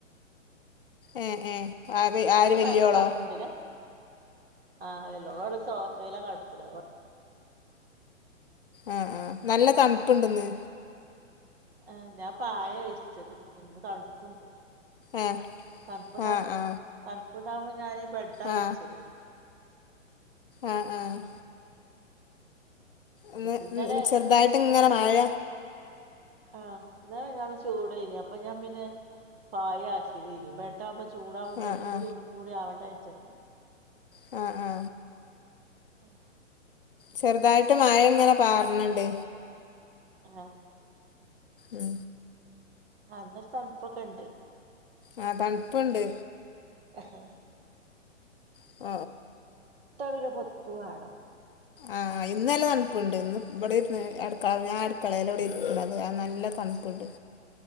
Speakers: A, on the left; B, on the right.
A: ഏ ഏ ആര് ആര്
B: ഇന്ന്
A: വലിയോളോ
B: ഭയങ്കര തണുപ്പുണ്ട് ആ <unintelligible> സോഫെല്ലാ കെട്ക്ക്ണെ
A: ആഹ ആഹ നല്ല തണുപ്പ ഇണ്ട്ന്ന്
B: ആ ഞാൻ പായ വിരിച്ചത് ഇന്ന് തണുപ്പുണ്ട്
A: ആ
B: തണപുടാ
A: ആ ആ
B: തണപുടാമ ഞാന് ബെഡ്ഡ
A: ആ
B: വിരിച്ചല
A: ആ ആ ഒന്ന്
B: ഇന്നലെ
A: ഇന്ന് ചെറുതായിട്ട്
B: ഇന്നലെ മിഞ്ഞാന്നൊക്കെ
A: ഇങ്ങനെ മഴ
B: ആഹ എന്നതാ ഞാൻ ചൂടേന അപ്പൊ ഞാൻ പിന്നെ പായ ആക്കിത് ഇനി ബെഡാവുമ്പോ ചൂടാവകുമ്പോ
A: ആ
B: ബെഡ്ത്തെ
A: ആ
B: ചൂടും കൂടി ആവണ്ട അച്ചണ്ട്
A: ആ ആ
B: ആഹ
A: ചെറുതായിട്ട് മായ ഇങ്ങനെ പറാണണ്ട്
B: ആഹ
A: ഉം
B: അന്നരു തണുപ്പൊക്കെ ഇണ്ട്
A: ആഹ തണുപ്പുണ്ട്
B: ആഹ
A: <unintelligible>
B: പിന്നെ പൊതപ്പ് വേണം
A: ആ ഇന്നല്ല തണുപ്പുണ്ട് ഇന്ന് ഇവിടെർന്ന് ഞാൻ അടുക്കളയിലൽ ഇവിടെ ഇ അത് ആ നല്ല തണുപ്പുണ്ട്
B: ആ